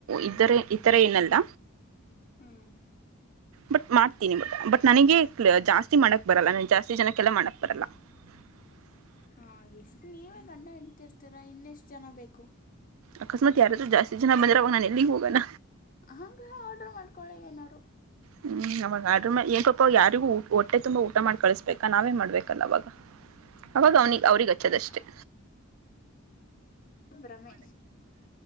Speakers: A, on the right (about 85°); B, on the left (about 40°).
A: ಇದರೆ ಇತರ ಏನಲ್ಲ
B: ಹ್ಮ್
A: ಬಟ್ ಮಾಡ್ತೀನಿ ಮ ಬಟ್ ನನಗೆ ಜಾಸ್ತಿ ಮಾಡಕ್ ಬರಲ್ಲ ನ ಜಾಸ್ತಿ ಜನಕ್ಕೆಲ್ಲ ಮಾಡಕ್ ಬರಲ್ಲ ಹ <unintelligible>
B: ಹಾ ಎಷ್ಟು ನೀವೇ ಗಂಡ ಹೆಂಡ್ತಿ ಇರ್ತೀರ ನೀನೇ ಚೆನ್ನಾಗಿ ಬೇಕು
A: ಅಕಸ್ಮಾತ್ ಯಾರಾದ್ರೂ ಜಾಸ್ತಿ ಜನ ಬಂದರೆ ನಾನಿಲ್ಲಿ ಹೋಗೋಣ
B: ಹಂಗ ಆರ್ಡ್ರ ಮಾಡ್ಕೊಳಿ ಏನಾರರು
A: ಹ್ಮ್ ಅವಾಗ ಆದ್ರ ಏಕಪ್ಪ ಯಾರಿಗೂ ಹೊಟ್ಟೆ ತುಂಬಾ ಊಟ ಮಾಡಿ ಕಳಿಸ್ಬೇಕಾ ನಾವೇ ಮಾಡ್ಬೇಕಲ್ಲ ಅವಾಗ ಅವಾಗ ಅವರಿಗೆ ಅಚ್ಚದಷ್ಟೇ
B: ಭ್ರಮೆ